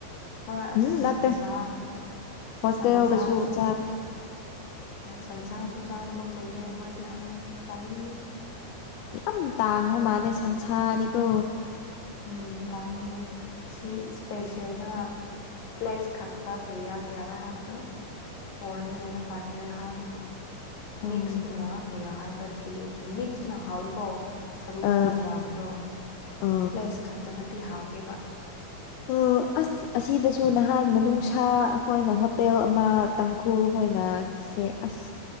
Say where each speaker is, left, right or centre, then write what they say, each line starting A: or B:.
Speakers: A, on the left; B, on the left.
A: ꯍꯣꯏ
B: ꯎꯝ
A: ꯑꯁ
B: ꯅꯠꯇꯦ
A: ꯁꯟꯁꯥ
B: ꯍꯣꯁꯇꯦꯜꯗꯁꯨ
A: ꯁꯟꯁꯥꯁꯨ
B: ꯆꯥꯗꯦ
A: ꯁꯟꯁꯥꯁꯨ ꯆꯥꯗꯕ ꯀꯨꯏꯔꯦ ꯑꯩꯈꯣꯏꯗꯤ ꯆꯥꯅꯤꯡꯉꯤ
B: ꯌꯥꯝ ꯇꯥꯡꯕ ꯃꯥꯜꯂꯦ ꯁꯟꯁꯥꯗꯤꯀꯣ
A: ꯎꯝ ꯇꯥꯡꯉꯦ ꯁꯤ ꯁꯄꯦꯁꯦꯜꯗ ꯐ꯭ꯂꯦꯁ ꯈꯛꯇ ꯀꯌꯥ ꯀꯌꯥꯔ ꯍꯥꯏꯕꯗꯣ ꯐꯣꯔ ꯍꯟꯗ꯭ꯔꯦꯠꯔ ꯐꯥꯏꯚ ꯍꯟ꯭ꯔꯦꯠꯔ ꯍꯥꯏꯕꯀꯣ
B: ꯑꯣ
A: ꯃꯤꯛꯁꯇꯨꯅ ꯀꯌꯥ ꯍꯥꯏꯕ꯭ꯔꯥ ꯊ꯭ꯔꯤ ꯑꯩꯠꯇꯤ ꯃꯤꯛꯁꯇꯨꯅ ꯍꯥꯎꯏꯀꯣ ꯁꯔꯨ
B: ꯑ
A: ꯁꯔꯥꯡ ꯌꯥꯎꯕꯗꯣ
B: ꯑ
A: ꯐ꯭ꯂꯦꯁ ꯈꯛꯇꯅꯗꯤ ꯍꯥꯎꯇꯦꯕ
B: ꯎꯝ ꯑꯁ ꯑꯁꯤꯗꯁꯨ ꯅꯍꯥꯟ ꯃꯅꯨꯡꯁꯥ ꯑꯩꯈꯣꯏꯅ ꯍꯣꯇꯦꯜ ꯑꯃ ꯇꯥꯡꯈꯨꯜ ꯈꯣꯏꯅ ꯁꯦ ꯑꯁ